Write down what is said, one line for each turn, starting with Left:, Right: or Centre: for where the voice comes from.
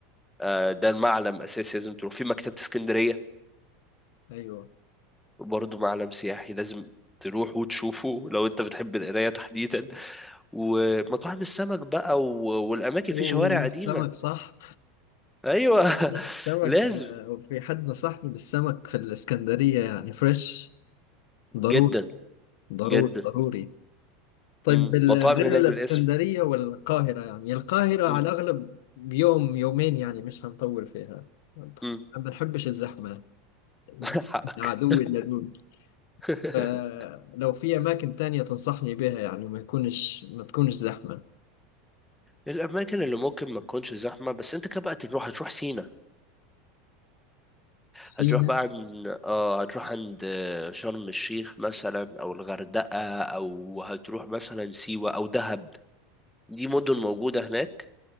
Centre: آه، ده معلم أساسي لازم تروح في مكتبة اسكندرية
Left: أيوة
Centre: برضه معلم سياحي لازم تروح وتشوفه لو انت بتحب القراية تحديدا ومطاعم السمك بقى و- والأماكن
Left: والسمك
Centre: في شوارع قديمة
Left: صح؟
Centre: أيوة
Left: لا
Centre: <laughs>
Left: السمك
Centre: لازم
Left: آه، في حد نصحني بالسمك في الإسكندرية يعني فريش ضروري
Centre: جدا
Left: ضروري
Centre: جدا
Left: ضروري طيب
Centre: مم.
Left: بال-
Centre: مطاعم
Left: غير
Centre: هناك
Left: الإسكندرية
Centre: بالاسم
Left: والقاهرة يعني القاهرة
Centre: مم.
Left: على الأغلب يوم يومين يعني مش هنطول فيها ما
Centre: مم.
Left: بنحبش الزحمة الزحمة
Centre: <laughs> حقك
Left: عدوي اللدود
Centre: <laughs>
Left: فلو في أماكن تانية تنصحني بها يعني ما يكونش ما تكونش زحمة
Centre: الأماكن اللي ممكن ما تكونش زحمة بس انت كده بقى تروح هتروح سينا
Left: سينا
Centre: هتروح بقى عن اه هتروح عند آه، شرم الشيخ مثلا او الغردقة او هتروح مثلا سيوة او دهب دي مدن موجودة هناك